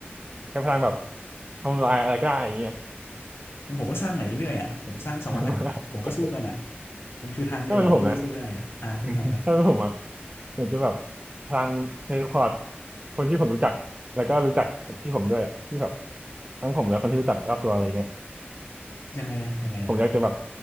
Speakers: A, on the right (about 30°); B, on the left (about 70°).
A: ใช้พลังแบบทำลายอะไรก็ได้อย่างเงี้ย
B: ผมก็สร้างใหม่เรื่อยๆอ่ะผมสร้างซ้อนอ่ะผมก็สู้กันอ่ะ
A: <laughs>
B: มันคือทางเดียวอ่ะที่จะสู้ได้อ่ะอ่ะคุณทำไง
A: ถ้าเป็นผมนะ <laughs> ถ้าเป็นผมอ่ะ เหมือนจะแบบพลังเทเลพอร์ตคนที่ผมรู้จักแล้วก็รู้จักที่ผมด้วยอะที่แบบทั้งผมและคนที่รู้จักรอบตัวอะไรเงี้ย
B: ยังไงนะยังไงนะ
A: ผมอยากจะแบบ